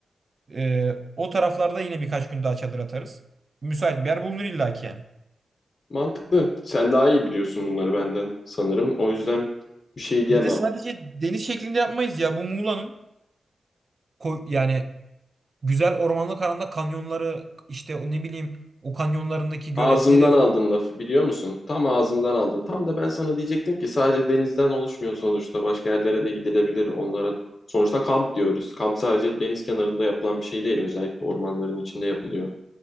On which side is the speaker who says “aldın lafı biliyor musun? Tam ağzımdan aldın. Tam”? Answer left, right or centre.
Left